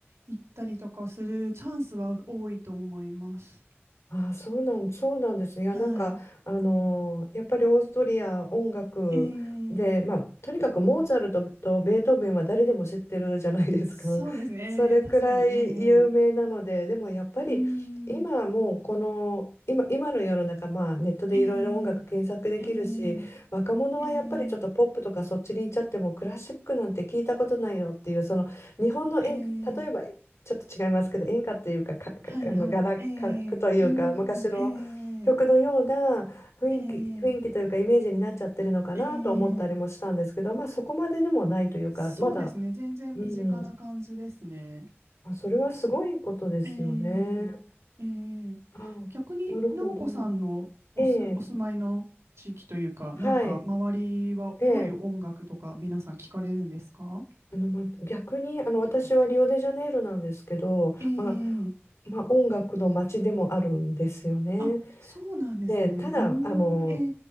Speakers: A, on the right (about 85°); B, on the left (about 85°).
A: 行ったりとかするチャンスは多いと思います。
B: ああ、そうなん、そうなんですね。いや、
A: はい。
B: なんか、あのーやっぱりオーストリア音楽で、
A: ええ
B: まあ、とにかくモーツァルトとベートーベンは誰でも知ってるじゃないですか。
A: そうですね。
B: <laughs> それくらい有名なので、
A: ええ確かに。ええ
B: でもやっぱり今もうこの、
A: うーん。
B: 今、今の世の中、まあ、ネットでいろいろ音楽検索できるし、
A: ええええ
B: 若者はやっぱりちょっとポップとかそっちに行っちゃってもクラシックなんて聞いたことないよっていう、
A: ええ
B: その日本の演、
A: ええ
B: 例えばちょっと違いますけど、演歌というか、か、かあの、
A: はいはい。
B: ガラ、
A: ええうーん。
B: ガラクというか、昔の曲のような雰囲気、
A: ええええ
B: 雰囲気というか、イメージになっちゃってるのかなと思ったりもしたんですけど、
A: ええ
B: まあ、そこまででもないというか、
A: そうですね。
B: まだ、
A: 全然身近な感じですね。
B: うん、あ、それはすごいことですよね。
A: ええええ
B: あ、
A: 逆に、
B: なるほど。
A: 直子さんのおす、
B: ええ、
A: お住まいの地域というか、
B: はい。
A: なんか、周りはどういう音楽とか皆さん聞かれるんですか
B: ええ、あの、ま、逆に、あの、私はリオデジャネイロなんですけど、
A: ええ
B: まあ、まあ、音楽の街でもあるんですよね。
A: あ、そうなんですね。
B: で、ただ、
A: うー
B: あの、
A: ん、え